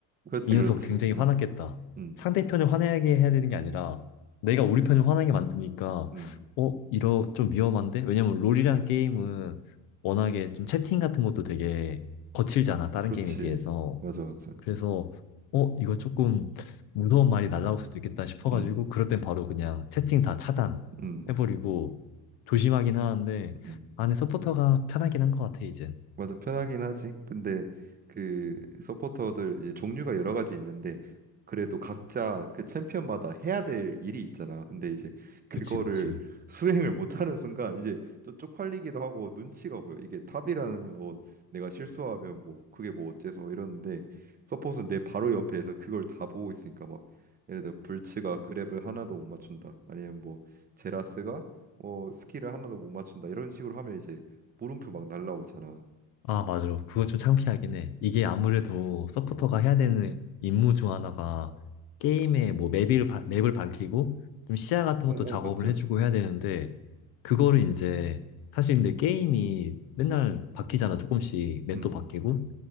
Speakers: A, on the right (about 20°); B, on the left (about 55°).
A: 그렇지
B: 이 녀석
A: 그렇지.
B: 굉장히 화났겠다.
A: 음. 음.
B: 상대편을 화나게 해야 되는 게 아니라 내가 우리 편을 화나게 만드니까
A: 음.
B: 어, 이러 좀 위험한데? 왜냐면 롤이란 게임은 워낙에 좀 채팅 같은 것도 되게 거칠잖아. 다른
A: 그렇지.
B: 게임에 비해서.
A: 맞아, 맞아.
B: 그래서 어, 이거 조금 무서운 말이 날라올 수도 있겠다 싶어가지고
A: 음,
B: 그럴 땐 바로 그냥 채팅 다 차단
A: 음,
B: 해버리고 조심하긴 하는데
A: 음.
B: 안에 서포터가 편하긴 한 것 같아 이젠.
A: 맞아 편하긴 하지. 근데 그 서포터들 이제 종류가 여러 가지 있는데 그래도 각자 그 챔피언마다 해야 될 일이 있잖아. 근데 이제 그거를
B: 그치 그치.
A: 수행을 못하는 순간 이제 좀 쪽팔리기도 하고 눈치가 보여. 이게 탑이라는 뭐 내가 실수하면 뭐 그게 뭐 어째서 이러는데 서폿은 내 바로 옆에서 그걸 다 보고 있으니까 막 예를 들어 불츠가 그랩을 하나도 못 맞춘다. 아니면 뭐 제라스가 뭐 스킬을 하나도 못 맞춘다. 이런 식으로 하면 이제 물음표 막 날라오잖아.
B: 아, 맞아. 그거 좀 창피하긴 해. 이게 아무래도 서포터가 해야 되는 임무 중 하나가 게임의 뭐 맵을, 바- 맵을 밝히고 좀 시야 같은
A: 어어
B: 것도 작업을
A: 맞지 맞지
B: 해주고 해야 되는데 그거를 이제 사실 근데 게임이 맨날 바뀌잖아. 조금씩
A: 그음음
B: 맵도 바뀌고